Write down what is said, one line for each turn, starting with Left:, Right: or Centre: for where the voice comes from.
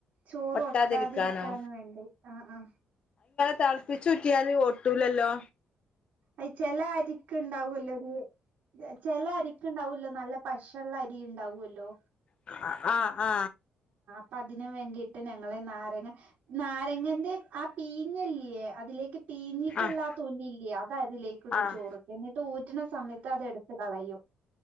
Right: ചോറ്
Left: ഒട്ടാതിരിക്കാനോ
Right: ഒട്ടാതിരിക്കാന വേണ്ടി ആഹ ആ
Left: തളപ്പിച്ചു ഊറ്റിയാല് ഓട്ടൂലല്ലോ
Right: അ ചില അരിക്ക് ഉണ്ടാവൂലോ ഒരു ചില അരിക്ക് ഉണ്ടാവൂലോ നല്ല പശുള്ള അരി ഉണ്ടാവല്ലോ
Left: ആഹ് ആഹ
Right: അപ്പതിന് വേണ്ടിയിട്ട് ഞങ്ങള് നാരങ്ങ നാരങ്ങന്റെ ആ പീഞ്ഞല്ലിയെ അതിലേക്ക് തീഞ്ഞിട്ടുള്ളാ
Left: ആഹ്
Right: തോന്നില്ല അതിലേക്ക ഇടും
Left: ആഹ്
Right: ചോറ് എന്നിട്ട് ഊറ്റണ സമയത്ത് അത് എടുത്ത് കളയും